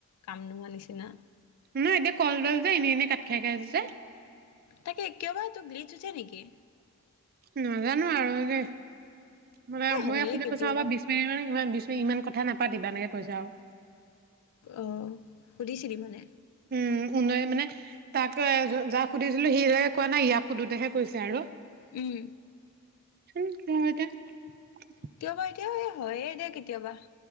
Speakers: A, on the left; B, on the right.
A: কাম নোহোৱা নিচিনা
B: নহয় এতিয়া কলডাল যে এনেই এনে কাট খাই খাই যায়।
A: তাকে একেবাৰে তোক গিলি থৈছে নেকি।
B: নাজানো আৰু দেই মানে
A: এ
B: মই
A: হয়ে
B: আপুনি
A: কেতিয়াবা
B: কৈ ছাব বিশ মিনিট মানে ইমান বিশ মিনিট ইমান কথা কথা নাপাতিবা এনেকে কৈছে আৰু
A: অ সুধিছিলি মানে
B: উম উ নাই মানে তাকে যাক সুধিছিলো সি যে কোৱা নাই ইয়াক সোধোতেহে কৈছে আৰু
A: উম
B: <unintelligible>
A: কিয় বা এতিয়াবা হয় দে কেতিয়াবা